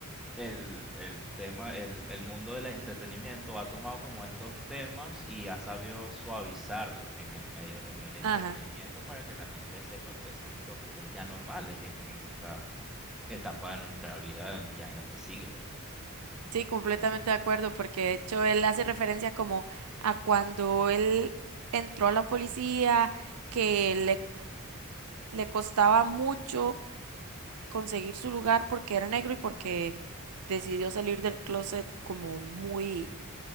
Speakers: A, in the centre; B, on the right.
A: el, el tema, el, el mundo del entretenimiento ha tomado como estos temas y ha sabido suavizarlos en el medio, en el entretenimiento
B: Ajá.
A: para que la gente sepa que son tópicos ya normales en, en esta etapa de nuestra vida, en- ya en este siglo.
B: Sí, completamente de acuerdo, porque de hecho él hace referencia como a cuando él entró a la policía, que le, le costaba mucho conseguir su lugar porque era negro y porque decidió salir del closet como muy